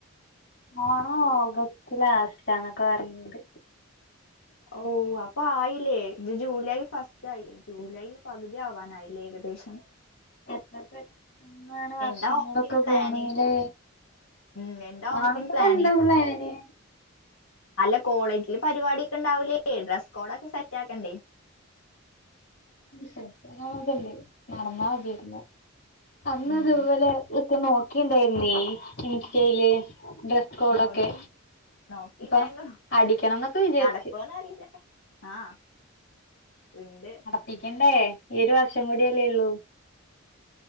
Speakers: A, on the left; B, on the left.
A: ഓണോ ഓഗസ്റ്റ് ലാസ്റ്റാന്നൊക്ക പറയ്ന്നത്
B: ഓഹ് അപ്പായില്ലേ ഇത് ജൂലൈ ഫസ്റ്റായി ജൂലൈ പകുതി ആവാനായിലെ ഏകദേശം
A: <unintelligible> ഇങ്ങനെ വർഷങ്ങളൊക്കെ
B: എന്താ ഓണത്തിന് പ്ലാന്
A: പോണ് ല്ലേ
B: ഉം എന്താ
A: ഓണത്തിന്
B: പ്ലാന്
A: എന്ത് ഫുഡ് യേനി
B: അല്ല കോളേജില് പരിവാടിക്കെണ്ടാവുലേ ഡ്രസ്കോഡൊക്കെ സെറ്റാക്കണ്ടേ
A: സെറ്റ്കളൊക്കെണ്ട് നടന്നാമതീര്ന്നു അന്നതുപോലെ
B: ഉം
A: ഒക്കെ നോക്കിണ്ടേനി ഇൻസ്റ്റയില് ഡ്രസ് കോഡൊക്കെ
B: നോക്കി നോക്കിണ്ടായിരുന്നു
A: അപ്പൊ അടിക്കണം എന്നൊക്കെ വിചാരിച്ച്
B: നടക്കോന്നറിയില്ല. ആഹ് ഇണ്ട്
A: ട്ടിക്കണ്ടേ ഈ ഒരു വർഷം കൂടിയല്ലേള്ളൂ